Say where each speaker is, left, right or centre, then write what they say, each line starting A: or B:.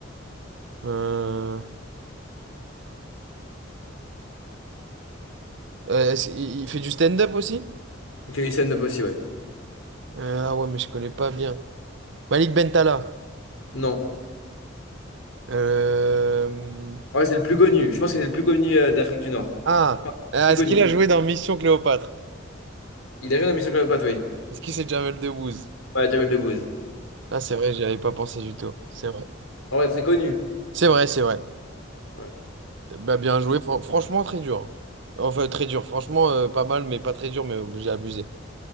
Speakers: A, on the right (about 60°); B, on the left (about 90°).
A: Euh, euh, est-ce- il il fait du stand-up aussi?
B: Il fait du stand-up aussi, ouais.
A: Euh, ah ouais, mais je connais pas bien. Malik Bentala.
B: Non.
A: Euh,
B: Ouais, c'est le plus connu. Je pense que c'est le plus connu euh, d'Afrique du Nord.
A: ah,
B: Enfin,
A: Ah,
B: le
A: est-ce
B: plus connu.
A: qu'il a joué dans Mission Cléopâtre?
B: Il a joué dans Mission Cléopâtre, oui.
A: Est-ce que c'est Jamel Debbouze?
B: Ouais, Jamel Debbouze.
A: Ah, c'est vrai, j'y avais pas pensé du tout. C'est vrai.
B: Ah ouais, très connu.
A: C'est vrai, c'est vrai.
B: Ouais.
A: Bah, bien joué. Fran- franchement, très dur. Enfin, très dur. Franchement, euh, pas mal, mais pas très dur, mais euh, j'ai abusé.